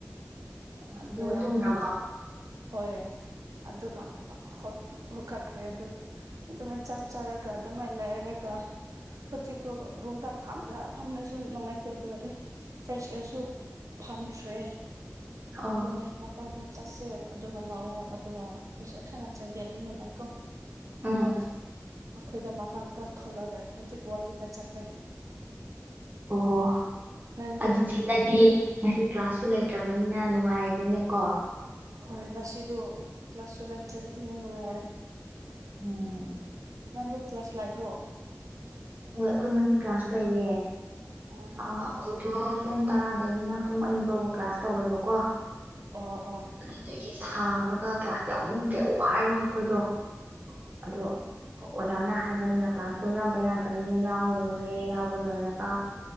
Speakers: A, on the right; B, on the right.
A: ꯑꯗꯨ
B: ꯑꯗꯨꯒ ꯇꯨꯝꯒ꯭ꯔꯕꯣ ꯑꯣ
A: ꯍꯣꯏꯦ ꯑꯗꯨꯒ ꯐ ꯀꯠꯈ꯭ꯔꯦ ꯑꯗꯨꯝ ꯑꯗꯨꯃꯥꯏ ꯆꯥꯛ ꯆꯥꯔꯒ ꯑꯗꯨꯃꯥꯏꯅ ꯂꯩꯔꯒ ꯍꯧꯖꯤꯛ ꯔꯨꯝꯝꯗ ꯐꯂ ꯐꯝꯅꯁꯨ ꯅꯨꯡꯉꯥꯏꯇꯦ ꯑꯗꯨꯒ ꯐ꯭ꯔꯦꯁ ꯑꯦꯌꯥꯔꯁꯨ ꯐꯝꯈ꯭ꯔꯦ
B: ꯑꯣ
A: ꯑꯗꯨꯅꯦ ꯃꯄꯜꯗ ꯆꯥꯁꯦꯜ ꯑꯗꯨꯒ ꯂꯥꯛꯑꯣ ꯑꯗꯨꯒ ꯄꯩꯁꯥ ꯈꯔ ꯆꯥꯏꯒꯦ ꯄꯨꯅ ꯂꯥꯛꯣ
B: ꯎꯝ
A: ꯑꯗꯒ ꯑꯩꯈꯣꯏꯗ ꯃꯄꯥꯟꯗꯥꯛ ꯊꯣꯛꯣꯂꯒ ꯍꯧꯖꯤꯛ ꯋꯥꯋꯀꯤꯇ ꯆꯠꯄꯦ
B: ꯑꯣ
A: ꯅꯪꯗꯤ
B: ꯑꯗꯨꯗꯤ ꯅꯪꯗꯤ ꯉꯁꯤ ꯀ꯭ꯂꯥꯁꯁꯨ ꯂꯩꯇ꯭ꯔꯕꯅꯤꯅ ꯅꯨꯡꯉꯥꯏꯔꯤꯅꯦꯀꯣ
A: ꯍꯣꯏ ꯉꯁꯤꯗꯣ ꯀ꯭ꯂꯥꯁꯁꯨ ꯂꯩꯇ꯭ꯔꯦ ꯑꯗꯨꯅ ꯅꯨꯡꯉꯥꯏꯔꯦ
B: ꯎꯝ
A: ꯅꯪꯗ ꯀ꯭ꯂꯂꯥꯁ ꯂꯥꯛꯕ꯭ꯔꯣ
B: ꯍꯣꯏ ꯑꯩꯈꯣꯏ ꯉꯁꯤ ꯀ꯭ꯂꯥꯁ ꯂꯩꯌꯦ
A: ꯑꯣ
B: ꯑꯩꯈꯣꯏ ꯄꯨꯡ ꯇꯔꯥ ꯑꯗꯒꯤꯅ ꯄꯨꯡ ꯑꯅꯤ ꯐꯥꯎꯕ ꯀ꯭ꯂꯥꯁ ꯇꯧꯋꯦꯕꯀꯣ
A: ꯑꯣ
B: ꯑꯗꯨꯗꯒꯤ ꯁꯥꯕꯒ ꯀ꯭ꯂꯥꯁ ꯌꯥꯎꯅꯤꯡꯗ꯭ꯔꯦ ꯋꯥꯔꯤꯕ ꯑꯩꯈꯣꯏꯗꯣ ꯑꯗꯣ ꯑꯣꯖꯥꯅ ꯍꯥꯏꯕꯅꯤꯅ ꯀ꯭ꯂꯥꯁ ꯗꯣ ꯌꯥꯎꯗ ꯌꯥꯗ꯭ꯔꯕꯅꯤꯅ ꯌꯥꯎꯔꯨꯔꯦ ꯌꯥꯎꯕ ꯂꯣꯏꯔꯒ